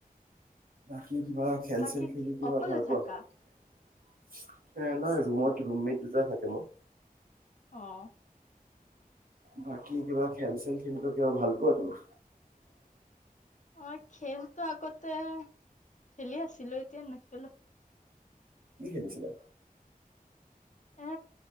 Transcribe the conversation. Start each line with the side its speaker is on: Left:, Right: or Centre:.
Right: উ কি কিবা খেল
Left: বাকী
Right: চেল খেলি
Left: কি
Right: কিবা
Left: অকলে
Right: ভাল পোৱা
Left: থাকা?
Right: এ নহয় ৰুমত ৰুমমেট দুটা থাকে মোৰ
Left: অ'।
Right: বাকী কিবা খেল-চেল খেলিব কিবা ভাল পোৱা তুমি?
Left: অ', খেলতো আগতে খেলি আছিলো। এতিয়া নেখেলো।
Right: কি খেলিছিলা?
Left: এ